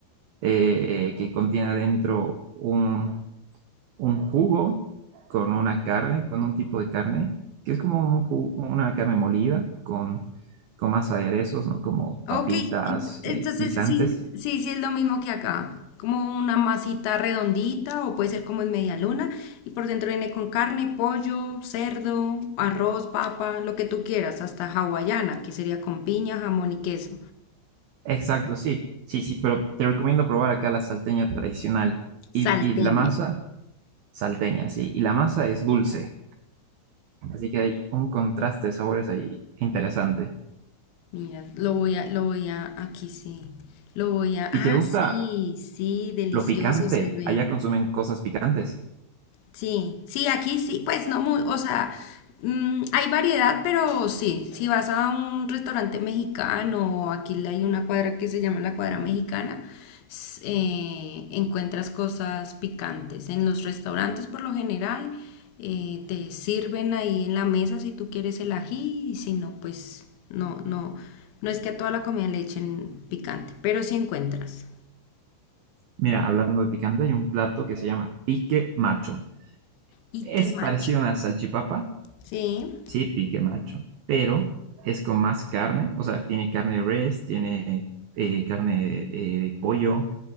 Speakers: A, on the right (about 65°); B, on the left (about 85°).
A: eh, eh, que contiene adentro un, un jugo con una carne, con un tipo de carne, que es como un ju- una carne molida con, con más aderezos, ¿no? Como
B: Ok,
A: papitas,
B: ent- entonces
A: eh, guisantes.
B: sí, sí, sí es lo mismo que acá, como una masita redondita o puede ser como en media luna y por dentro viene con carne, pollo, cerdo, arroz, papa, lo que tú quieras, hasta hawaiana, que sería con piña, jamón y queso.
A: Exacto, sí, sí, sí, pero te recomiendo probar acá la salteña tradicional y,
B: Salteña.
A: y la masa salteña, sí, y la masa es dulce, así que hay un contraste de sabores ahí interesante.
B: Mira, lo voy a, lo voy a, aquí sí, lo voy a,
A: ¿Y
B: ah,
A: te gusta
B: sí, sí, delicioso
A: lo picante?
B: se ve.
A: Allá consumen cosas picantes.
B: Sí, sí, aquí sí, pues no muy, o sea, mm, hay variedad, pero sí, si vas a un restaurante mexicano, aquí hay una cuadra que se llama la cuadra mexicana, s- eh, encuentras cosas picantes. En los restaurantes por lo general eh, te sirven ahí en la mesa si tú quieres el ají y si no, pues no, no, no es que a toda la comida le echen picante, pero sí encuentras.
A: Mira, hablando de picante, hay un plato que se llama pique macho.
B: Y
A: Es
B: qué macho.
A: parecido a una salchipapa,
B: Sí.
A: sí, pique macho, pero es con más carne, o sea, tiene carne de res, tiene eh, carne eh, de pollo